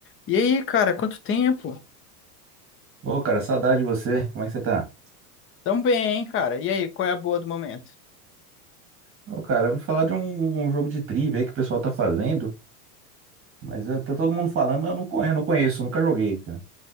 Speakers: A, on the left (about 30°); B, on the right (about 30°).
A: E aí, cara, quanto tempo?
B: Ô, cara, saudade de você. Como é que você tá?
A: Tão bem, hein, cara? E aí, qual é a boa do momento?
B: Ô, cara, eu ouvi falar de um, um jogo de trivia aí que o pessoal tá fazendo, mas eu, tá todo mundo falando, mas eu não conheço, não conheço, nunca joguei, cara.